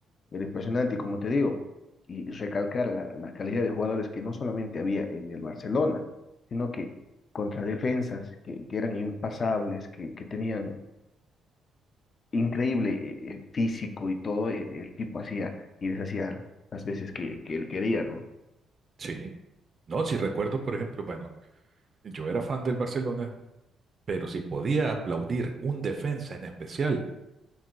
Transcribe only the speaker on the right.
sí. No, si recuerdo, por ejemplo, bueno, yo era fan del Barcelona, pero si podía aplaudir un defensa en especial,